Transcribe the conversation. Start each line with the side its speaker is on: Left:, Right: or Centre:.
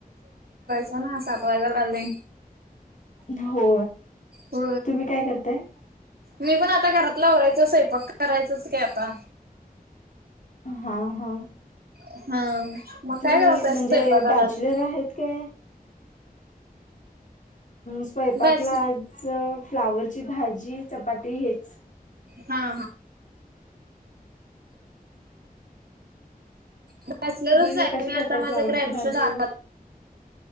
Right: च ना साप वाा लाले
Left: हो
Right: हो
Left: तुम्ही काय करताय
Right: मी पण आता घरात लावायचचय पक करायचच काय आता
Left: हा हा
Right: हा. मग
Left: तुम्ही
Right: काय बनवताय
Left: म्हणजे
Right: स्वयंपाकाला
Left: बॅचलर
Right: आज?
Left: आहेत काय स्वयंपाकला
Right: बॅच
Left: आज फ्लावरची भाजी चपाती हेच
Right: हा हा बॅचलरच
Left: तुम्ही
Right: आहे
Left: कशी
Right: मी
Left: करताय
Right: आता माझं
Left: फ्लावरची
Right: ग्रॅज्युएशन
Left: भाजी
Right: झा
Left: वगैरे